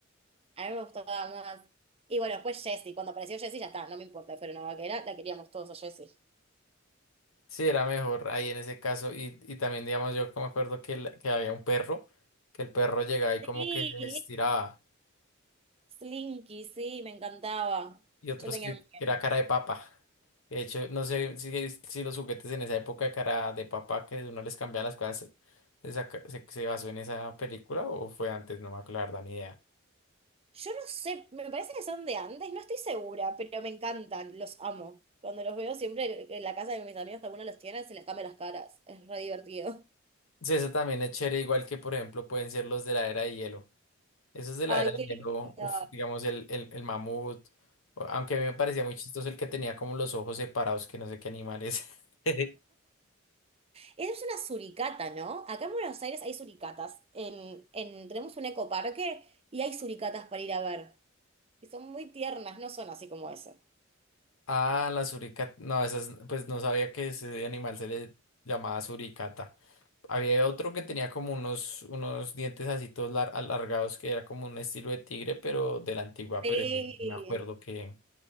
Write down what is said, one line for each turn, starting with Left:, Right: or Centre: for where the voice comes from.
Right: A mí me gustaba más. Y bueno, después Jessie. Cuando apareció Jessie, ya está, no me importa. Pero una vaquera, la queríamos todos a Jessie.
Left: Sí, era mejor ahí en ese caso. Y, y también, digamos, yo como me acuerdo que, la- que había un perro, que el perro llegaba y como
Right: Sí.
Left: que se estiraba,
Right: Slinky, sí, me encantaba.
Left: y otros
Right: Yo tenía
Left: que,
Right: el muñeco.
Left: que era cara de papa. De hecho, no sé si, si los juguetes en esa época de cara de papa, que uno les cambiaba las cosas, se, saca- se, se basó en esa película o fue antes, no me acuerdo, la verdad, ni idea.
Right: Yo no sé, me parece que son de antes, no estoy segura, pero me encantan, los amo. Cuando los veo siempre en la casa de mis amigos, que alguno los tiene, se les cambia las caras. Es re divertido.
Left: Sí, eso también es chévere, igual que, por ejemplo, pueden ser los de la era de hielo. Eso es de
Right: Ay,
Left: la era de
Right: qué
Left: hielo,
Right: lindo.
Left: uf, digamos el, el, el mamut, o- aunque a mí me parecía muy chistoso el que tenía como los ojos separados, que no sé qué animal es. <laughs>
Right: Esa es una suricata, ¿no? Acá en Buenos Aires hay suricatas. En, en, tenemos un ecoparque y hay suricatas para ir a ver. Y son muy tiernas, no son así como eso.
Left: Ah, la suricata, no, esas, pues no sabía que ese animal se le llamaba suricata. Había otro que tenía como unos, unos dientes así todos lar- alargados, que era como un estilo de tigre, pero de la antigua,
Right: Sí.
Left: pero ese sí no me acuerdo que...